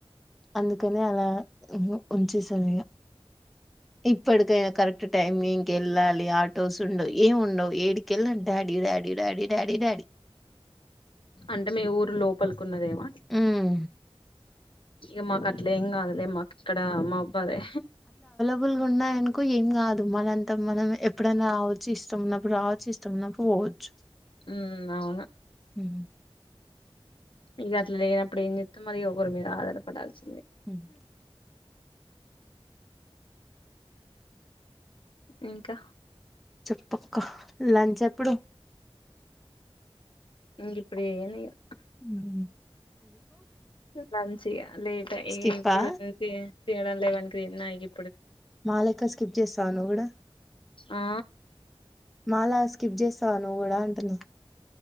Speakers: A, in the centre; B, on the left.
A: అందుకని అలా ఉహు ఉంచేసాఇగా ఇప్పటికైన కరెక్ట్ టైమింగ్కి ఎళ్ళాలి ఆటోస్ ఉండవు. ఏమి ఉండవు ఏడికి ఎల్లిన daddy daddy daddy daddy daddy daddy
B: అంటే మీ ఊరు లోపలికున్నదేమో
A: ఉమ్
B: ఇగ మాకు అట్లేం గాదులే మాకు ఇక్కడ మౌబ్బదే
A: వుల్ ఉన్నాయనుకో ఏం గాదు మనంతా మనం ఎప్పుడైనా రావచ్చు. ఇష్టమున్నప్పుడు రావచ్చు. ఇష్టమున్నప్పుడు పో వొచ్చు
B: ఉమ్ అవున
A: మ్ హు
B: ఇంగ అట్ల లేనప్పుడు ఏంజెత్తం మరి ఒకరి మీద ఆధారపడాల్సి
A: హ్మ్
B: ఇంకా
A: చెప్పక్క లంచ్ ఎప్పుడు
B: ఇంగిప్పుడే ఏయను ఇగ
A: ఉహు
B: లంచిగా లేట్ అయ్
A: స్కిప్పా
B: ఇగిప్పుడు తినడం లేవన్ క్ తిన్న ఇగి
A: మా లెక్క స్కిప్ చేస్తావా నువ్ గూడా
B: ఆ
A: మాలాగ స్కిప్ చేస్తావా నువ్వు గూడా అంటున్న